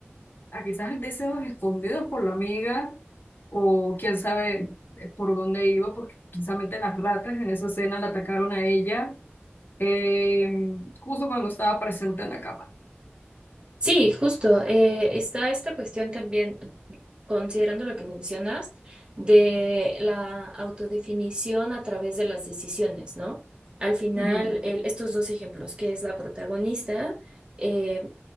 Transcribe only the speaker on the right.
Sí, justo. eh, está esta cuestión también, considerando lo que mencionas, de la autodefinición a través de las decisiones, ¿no? Al final,
el- estos dos ejemplos, que es la protagonista, eh,